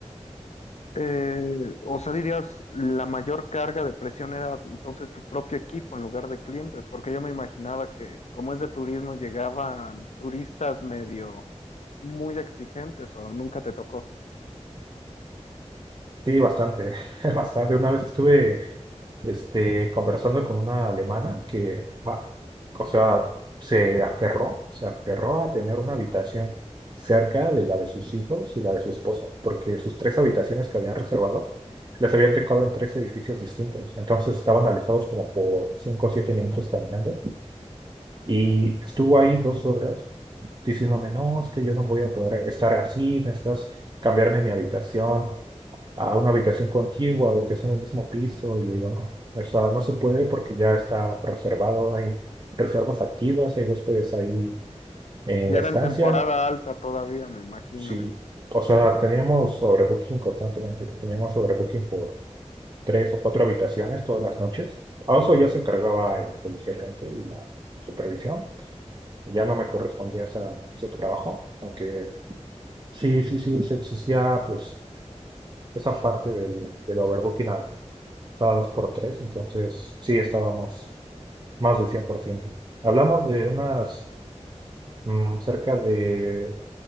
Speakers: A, on the left (about 70°); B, on the right (about 40°).
A: Eh, o sea, dirías, la mayor carga de presión era entonces tu propio equipo en lugar de clientes, porque yo me imaginaba que como es de turismo llegaban turistas medio muy exigentes o nunca te tocó.
B: Sí, bastante, <laughs> bastante. Una vez estuve este, conversando con una alemana que, va, o sea, se aferró, se aferró a tener una habitación cerca de la de sus hijos y la de su esposa, porque sus tres habitaciones que habían reservado les habían tocado en tres edificios distintos, entonces estaban alejados como por cinco o siete minutos caminando y estuvo ahí dos horas diciéndome, no, es que yo no voy a poder estar así, necesitas cambiarme mi habitación a una habitación contigua o que sea en el mismo piso. Y le digo, no, o sea, no se puede porque ya está reservado, hay reservas activas, hay huéspedes ahí en
A: Y
B: la
A: era
B: estancia.
A: en temporada alta todavía, me imagino.
B: Sí, o sea,
A: Mm.
B: teníamos sobrebooking constantemente, teníamos sobrebooking por tres o cuatro habitaciones todas las noches. A eso ya se encargaba el, el gerente y la supervisión. Ya no me correspondía esa- ese trabajo, aunque Sí, sí, sí, sí existía pues esa parte del, del overbooking a cada dos por tres, entonces sí estábamos más del 100%. Hablamos de unas mm, cerca de